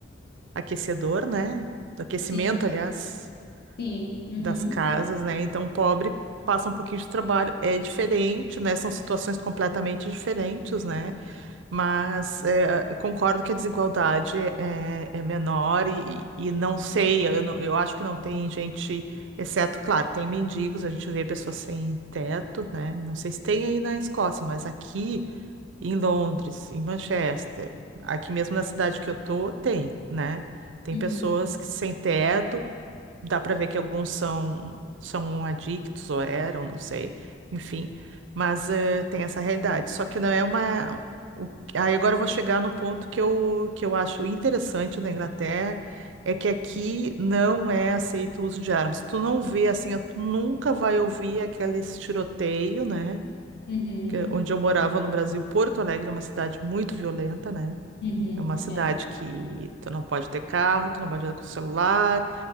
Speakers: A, on the right; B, on the left.
A: aquecedor, né? Do aquecimento,
B: sim,
A: aliás,
B: sim, uhum,
A: das casas, né? Então, o pobre passa um pouquinho de trabalho. É diferente, né? São situações completamente diferentes, né? Mas é, eu concordo que a desigualdade é, é menor e, e não sei, eu, não- eu acho que não tem gente, exceto, claro, tem mendigos, a gente vê pessoas sem teto, né? Não sei se tem aí na Escócia, mas aqui em Londres, em Manchester, aqui mesmo na cidade que eu tô, tem, né? Tem
B: uhum,
A: pessoas que sem teto, dá para ver que alguns são são adictos ou eram, não sei, enfim, mas eh, tem essa realidade. Só que não é uma o- Aí agora eu vou chegar no ponto que eu, que eu acho interessante na Inglaterra, é que aqui não é aceito o uso de armas. Tu não vê assim, ó, tu nunca vai ouvir aqueles tiroteio, né?
B: uhum.
A: que- é Onde eu morava
B: uhum.
A: no Brasil, Porto Alegre é uma cidade muito violenta, né?
B: Uhum,
A: É uma cidade
B: é,
A: que tu não pode ter carro, tu não pode andar com celular,